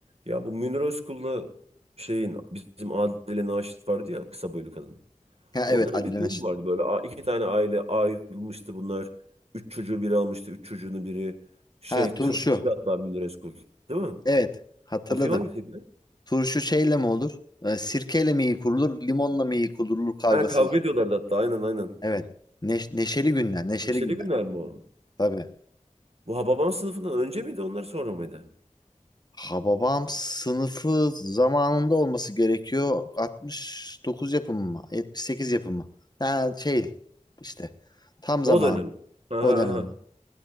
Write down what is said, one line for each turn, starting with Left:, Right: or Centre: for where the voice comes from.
Right: Ya bu Münir Özkul'la şeyin bizim Adile Naşit vardı ya kısa boylu kadın.
Left: Ha
Right: Onların
Left: evet Adile
Right: bir filmi
Left: Naşit.
Right: vardı böyle a- iki tane aile ayrılmıştı bunlar. Üç çocuğu biri almıştı. Üç çocuğunu biri şey
Left: Ha turşu.
Right: turşucuydu hatta Münir Özkul. Değil mi?
Left: Evet hatırladım.
Right: O film hangisiydi?
Left: Turşu şeyle mi olur? Ee, sirkeyle mi iyi kurulur? Limonla mı iyi kurulur kavgası
Right: Ha, kavga
Left: var.
Right: ediyorlardı hatta aynen aynen.
Left: Evet. Neş- neşeli günler. Neşeli
Right: Neşeli
Left: günler.
Right: günler mi o?
Left: Tabii.
Right: Bu Hababam sınıfından önce miydi onlar sonra mıydı?
Left: Hababam sınıfı zamanında olması gerekiyor. 69 yapımı mı? 78 yapımı. Ha şey işte. Tam
Right: O
Left: zaman.
Right: dönem. Ha, ha,
Left: O dönem.
Right: ha.